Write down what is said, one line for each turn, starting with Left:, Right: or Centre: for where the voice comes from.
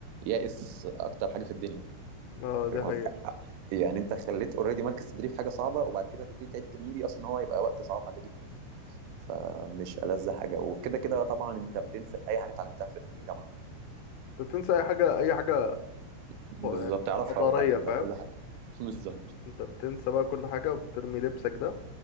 Right: يائس اكتر حاجه في الدنيا
Left: اه دي
Right: فاهم قصدي؟
Left: حقيقة
Right: يعني انت خليت اوريدي مركز تدريب حاجه صعبه وبعد كده هتبتدي تعد ميري اصلا هو هيبقى وقت صعب عليه جدا فمش ألذ حاجه وكده كده طبعا انت بتنسى اي حاجه اتعلمتها في الجامعه
Left: انت بتنسى اي حاجة اي حاجة
Right: بالظبط
Left: يعني
Right: تعرفها
Left: حضارية
Right: وتعلمتها
Left: فاهم
Right: وكل حاجة <laughs> بالظبط
Left: انت بتنسى بقى كل حاجة وبترمي لبسك ده